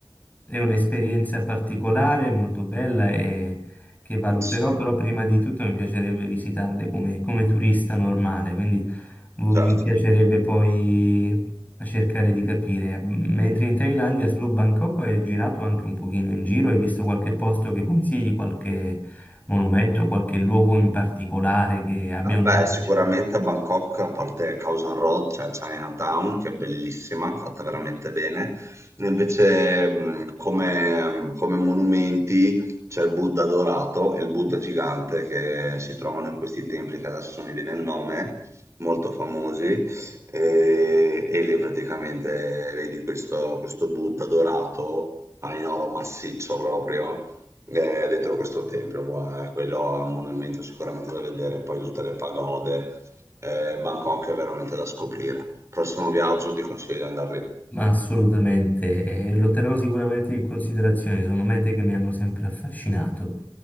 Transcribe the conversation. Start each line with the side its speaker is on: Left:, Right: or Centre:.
Left: è un'esperienza particolare, molto bella e che valuterò,
Right: Sì,
Left: però prima di tutto mi piacerebbe visitarle come, come turista normale, quindi boh,
Right: certo.
Left: mi piacerebbe poi cercare di capire. Mentre in Thailandia, solo Bangkok, hai girato anche un pochino in giro, hai visto qualche posto che consigli, qualche monumento, qualche luogo in particolare che abbia
Right: Vabbè,
Left: un nome?
Right: sicuramente a Bangkok, a parte Khao San Road, c'è Chinatown, che è bellissima, fatta veramente bene. Invece, mh, come, come monumenti, c'è il Buddha dorato e il Buddha gigante che si trovano in questi templi, che adesso non mi viene il nome, molto famosi. E, e lì praticamente vedi questo, questo Buddha dorato, ma in oro massiccio proprio Ehm, dentro questo tempio, qua, quello è un monumento sicuramente da vedere, poi tutte le pagode. Ehm, Bangkok è veramente da scoprire. Prossimo viaggio ti consiglio di andar lì.
Left: Ma assolutamente, eh, lo terrò sicuramente in considerazione, sono mete che mi hanno sempre affascinato.